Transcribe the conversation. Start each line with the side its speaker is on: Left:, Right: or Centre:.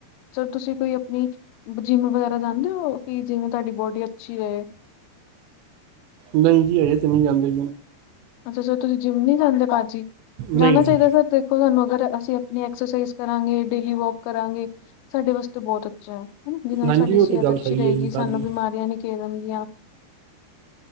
Left: ਸਰ ਤੁਸੀਂ ਕੋਈ ਆਪਣੀ ਜਿੰਮ ਵਗੈਰਾ ਜਾਂਦੇ ਹੋ ਕਿ ਜਿਵੇਂ ਤੁਹਾਡੀ ਬੋਡੀ ਅੱਛੀ ਰਹੇ।
Right: ਨਹੀਂ ਜੀ ਅਜੇ ਤ ਨਹੀਂ ਜਾਂਦੇ,
Left: ਅੱਛਾ ਸਰ ਤੁਸੀਂ ਜਿੰਮ ਨੀ ਜਾਂਦੇ ਭਜੀ ਜਾਣਾ
Right: ਨਹੀਂ ਜੀ
Left: ਚਾਹੀਦਾ, ਸਰ ਦੇਖੋ ਤੁਹਾਨੂੰ ਅਗਰ ਅਸੀਂ ਆਪਣੀ ਐਕਸਰਸਾਈਜ਼ ਕਰਾਂਗੇ ਡੇਲੀ ਵੋਕ ਕਰਾਂਗੇ, ਸਾਡੇ ਵਾਸਤੇ ਬਹੁਤ ਜਿਹਦੇ ਨਾਲ
Right: ਹਾਂਜੀ
Left: ਸਾਡੀ
Right: ਉਹ
Left: ਸਿਹਤ
Right: ਤਾਂ ਗੱਲ
Left: ਅੱਛੀ
Right: ਸਹੀ
Left: ਰਹੇਗੀ,
Right: ਹੈ ਜੀ ਤੁਹਾਡੀ
Left: ਸਾਨੂੰ ਬਿਮਾਰੀਆਂ ਨੀ ਘੇਰਣਗੀਆਂ।